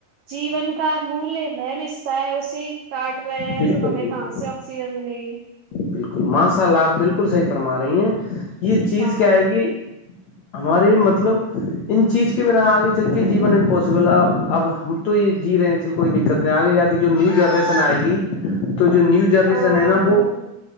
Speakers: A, on the right (about 90°); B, on the left (about 80°).
A: جیون کا مل ہے مسا ہے اسے کاٹ رہے ہیں
B: بالکل
A: تو ہمیں
B: بالکل
A: کہاں سے آکسیجن ملے گی
B: بالکل ماںشاء اللہ آپ بالکل صحیح فرما رہی ہیں یہ چیز
A: ہاں
B: کیا آئے گی ہمارے مطلب ان چیز کے بنا آگے چل کے جیون امپوسبل ہے اب ہم تو یہ جی رہے ہیں چل کوئی دقت نہیں آ گی یا کہ جو نیو جنریشن آئے گی تو جو نیو جنریشن
A: ہاں
B: ہے نا وہ
A: ہاں